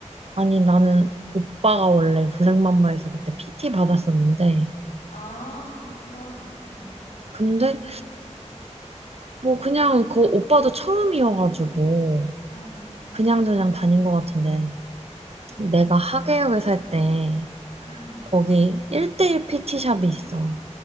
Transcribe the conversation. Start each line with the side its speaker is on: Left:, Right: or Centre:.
Right: 아니, 나는 오빠가 원래 블랙맘바에서 그때 PT 받았었는데,
Left: 아, 그렇구나. 응,
Right: 근데 뭐 그냥 그 오빠도 처음이어가지고
Left: 응,
Right: 그냥저냥 다닌 것 같은데,
Left: 응,
Right: 내가 하계역에 살 때,
Left: 응,
Right: 거기 1대1 PT샵이 있어.